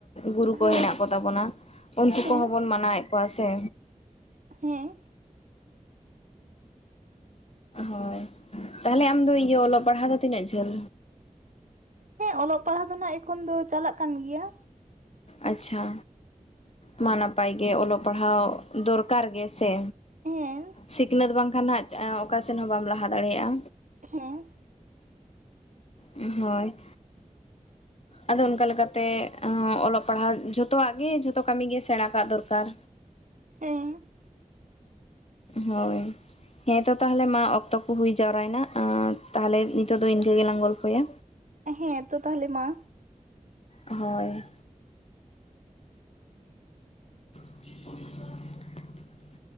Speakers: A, on the left; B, on the right.
A: ᱜᱩᱨᱩ ᱠᱚ
B: ᱦᱮᱸ
A: ᱦᱮᱱᱟᱜ ᱠᱚᱛᱟ ᱵᱚᱱᱟ ᱩᱝᱠᱩ
B: ᱦᱮᱸ
A: ᱠᱚᱦᱚᱸ ᱵᱚᱱ ᱢᱟᱱᱟᱣᱮᱫ ᱠᱚᱣᱟ ᱥᱮ,
B: ᱦᱮᱸ
A: ᱦᱳᱭ ᱛᱟᱦᱞᱮ ᱟᱢᱫᱚ ᱤᱭᱟᱹ ᱚᱞᱚᱜ ᱯᱟᱲᱦᱟᱜ ᱫᱚ ᱛᱤᱱᱟᱹᱜ ᱡᱷᱟᱹᱞ?
B: ᱦᱮᱸ ᱚᱞᱚᱜ ᱯᱟᱲᱦᱟᱜ ᱫᱚ ᱱᱟᱜ ᱮᱠᱷᱚᱱ ᱫᱚ ᱪᱟᱞᱟᱜ ᱠᱟᱱ ᱜᱮᱭᱟ᱾
A: ᱟᱪᱪᱷᱟ ᱢᱟ ᱱᱟᱯᱟᱭ ᱜᱮ ᱚᱞᱚᱜ ᱯᱟᱲᱦᱟᱣ ᱫᱚᱨᱠᱟᱨ ᱜᱮ ᱥᱮ,
B: ᱦᱮᱸ
A: ᱥᱤᱠᱱᱟᱹᱛ ᱵᱟᱝᱠᱷᱟᱱ ᱦᱟᱸᱜ ᱚᱠᱟᱥᱮᱱ ᱦᱚᱸ ᱵᱟᱢ ᱞᱟᱦᱟ ᱫᱟᱲᱮᱭᱟᱜ-ᱟ,
B: ᱦᱮᱸ
A: ᱦᱳᱭ
B: <inaudible>
A: ᱟᱫᱚ ᱚᱱᱠᱟ ᱞᱮᱠᱟᱛᱮ ᱚᱞᱚᱜ ᱯᱟᱲᱦᱟᱜ ᱡᱷᱚᱛᱚᱣᱟᱜ ᱜᱮ ᱡᱷᱚᱛᱚ ᱠᱟᱹᱢᱤᱜᱮ ᱥᱮᱲᱟ ᱠᱟᱜ ᱫᱚᱨᱠᱟᱨ᱾
B: ᱦᱮᱸ
A: ᱦᱳᱭ ᱦᱮᱸ ᱛᱚ ᱛᱟᱦᱞᱮ ᱢᱟ ᱚᱠᱛᱚ ᱠᱚ ᱦᱩᱭ ᱡᱟᱣᱨᱟᱭᱱᱟ ᱛᱟᱦᱞᱮ ᱱᱤᱛᱳᱜ ᱫᱚ ᱤᱱᱠᱟᱹ ᱜᱮᱞᱟᱝ ᱜᱚᱞᱯᱷᱚᱭᱟ᱾
B: ᱦᱮᱸ ᱛᱚ ᱛᱟᱦᱞᱮ ᱢᱟ᱾
A: ᱦᱳᱭ <inaudible>